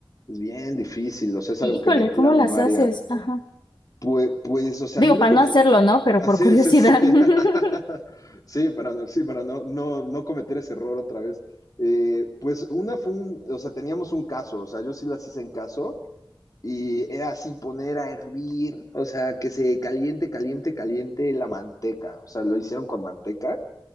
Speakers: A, on the left; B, on the left.
A: es bien difícil, o sea, es
B: Híjole,
A: algo que de plano
B: ¿cómo las
A: no haría.
B: haces? Ajá.
A: Pues, pues, o sea,
B: Digo,
A: a mí lo
B: para
A: que
B: no
A: me...
B: hacerlo, ¿no? Pero
A: ah,
B: por
A: Sí,
B: curiosidad.
A: sí, sí. <laughs>
B: <laughs>
A: Sí, para, no- sí, para no, no, no cometer ese error otra vez. Eh, pues una fue un, o sea, teníamos un caso, o sea, yo sí las hice en caso y era así poner a hervir, o sea, que se caliente, caliente, caliente la manteca, o sea, lo hicieron con manteca